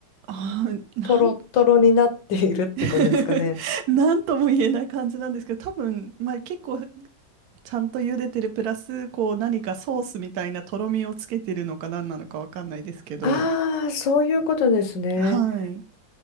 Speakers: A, on the right (about 70°); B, on the left (about 70°).
A: ああ、なん、
B: とろっとろになっているってことですかね。
A: <laughs> なんとも言えない感じなんですけど、多分、まあ、結構ちゃんと茹でてるプラス、こう何かソースみたいなとろみをつけてるのか何なのかわかんないですけど。
B: ああ、そういうことですね。
A: はい。